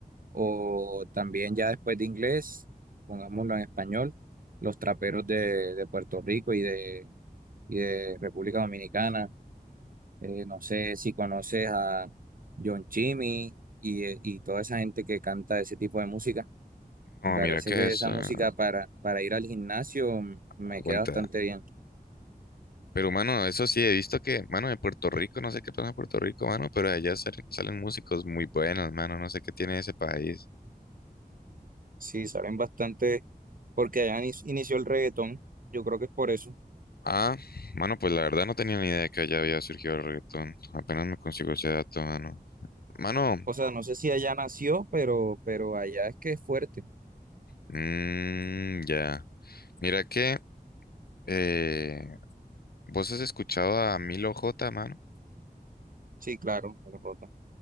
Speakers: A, on the right; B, on the left.
A: o también ya después de inglés, pongámoslo en español, los traperos de, de Puerto Rico y de, y de República Dominicana. Eh, no sé si conoces a John Chimmy y, eh, y toda esa gente que canta ese tipo de música. Me
B: No,
A: parece
B: mira, ¿qué
A: que
B: es?
A: esa
B: Ah,
A: música para, para ir al gimnasio me
B: aguanta.
A: queda bastante bien.
B: Pero, mano, eso sí, he visto que, mano, de Puerto Rico, no sé qué pasa en Puerto Rico, mano, pero de allá salen, salen músicos muy buenos, mano, no sé qué tiene ese país.
A: Sí, salen bastante, porque allá ni- inició el reggaetón, yo creo que es por eso.
B: Ah, mano, pues la verdad no tenía ni idea que allá había surgido el reggaetón. Apenas me consigo ese dato, mano. Mano,
A: O sea, no sé si allá nació, pero, pero allá es que es fuerte.
B: mm, ya. Mira que, eh, ¿vos has escuchado a Milo J, mano?
A: Sí, claro, me lo jota,